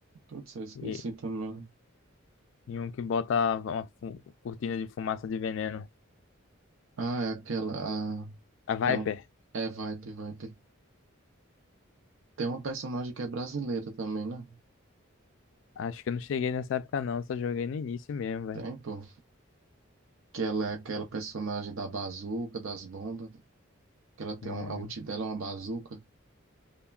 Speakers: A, on the right; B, on the left.
A: Putz, eu esqueci
B: E,
A: também.
B: e um que bota uma fu- cortina de fumaça de veneno.
A: Ah, é aquela. A,
B: A Viper.
A: é, o- é Viper, Viper. Tem uma personagem que é brasileira também, né?
B: Acho que eu não cheguei nessa época não, só joguei no início mesmo, velho.
A: Tem, pô. Que ela é aquela personagem da bazuca, das bombas. Que ela tem
B: Hum,
A: um, a ult dela é uma bazuca.